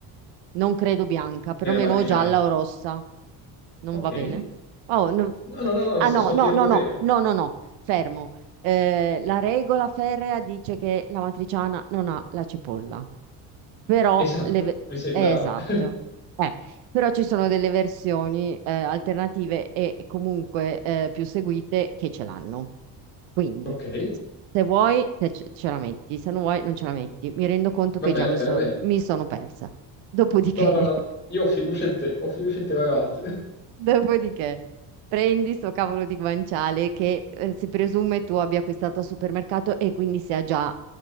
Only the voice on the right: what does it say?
non credo bianca, perlomeno
o gialla o rossa, non
va bene? Oh, no-
Ah
no,
no,
no,
no,
no, no, no, fermo. Eh, la regola ferrea dice che la matriciana non ha la cipolla. però
le ve-
eh, esatto.
Eh, però ci sono delle versioni eh, alternative e comunque eh, più seguite che ce l'hanno. Quindi,
se vuoi, te ce ce la metti, se non vuoi, non ce la metti. Mi rendo conto che
già
mi
sono,
mi sono persa. Dopodiché,
<laughs>
dopodiché, prendi sto cavolo di guanciale che eh, si presume tu abbia acquistato al supermercato e quindi sia già a